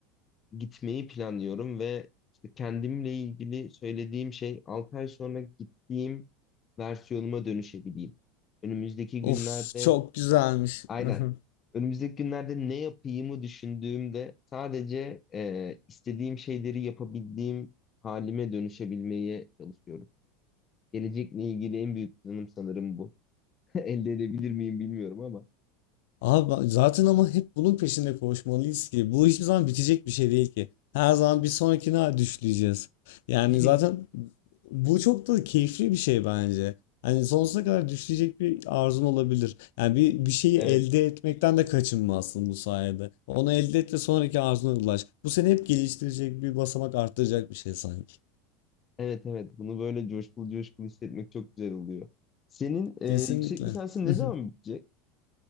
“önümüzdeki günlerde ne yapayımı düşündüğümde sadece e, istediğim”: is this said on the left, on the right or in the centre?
Left